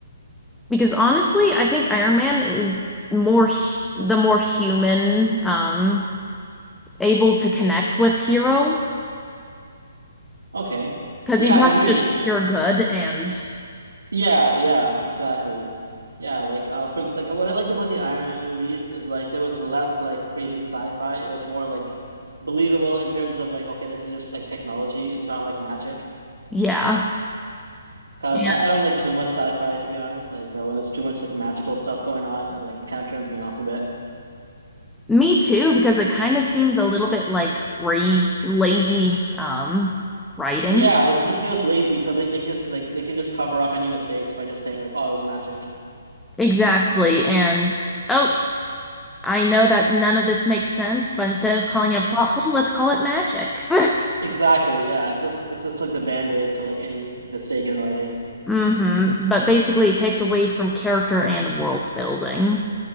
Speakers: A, in the centre; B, on the right (about 75°).
A: because honestly, I think Iron Man is more hu- the more human, um, able to connect with hero.
B: Okay.
A: Because
B: Yeah,
A: he's
B: I
A: not
B: agree.
A: just pure good and
B: Yeah, yeah, exactly. Yeah, like uh for ex- like what I liked about the Iron Man movies is like there was less like crazy sci-fi. It was more like believable in terms of like okay, this is just like technology. It's not like magic.
A: yeah.
B: 'Cause
A: And
B: I, I don't like too much sci-fi to be honest. Like uh, when there's too much like magical stuff going on and like it kind of turns me off a bit.
A: me too, because it kind of seems a little bit like raz lazy um writing.
B: Yeah, it, it feels lazy because they, they can just like they can just cover up any mistakes by just saying like oh it was magic
A: Exactly. And oh, I know that none of this makes sense, but instead of calling it a plot hole, let's call it magic. <laughs>
B: Exactly. Yeah. It's just it's just like the band-aid to like any mistake in writing.
A: hmm But basically it takes away from character and world building.